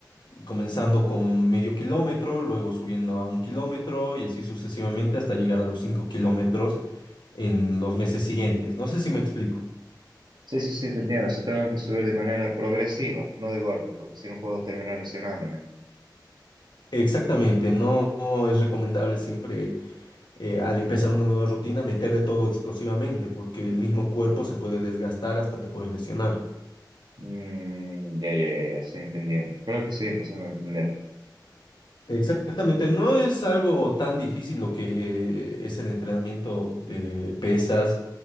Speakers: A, on the left; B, on the right.
A: comenzando con medio kilómetro, luego subiendo a un kilómetro y así sucesivamente hasta llegar a los cinco kilómetros en los meses siguientes. No sé si me explico.
B: Sí, sí, sí, te entiendo. O sea, tengo que subir de manera progresiva, no de golpe, porque si no puedo terminar lesionándome.
A: Exactamente, no no es recomendable siempre eh, al empezar una nueva rutina, meterle todo explosivamente, porque el mismo cuerpo se puede desgastar hasta te puedes lesionar.
B: Mm, ya, ya, ya, ya, estoy entendiendo. Creo que estoy empezando a entender.
A: Exactamente, no es algo tan difícil lo que es el entrenamiento de pesas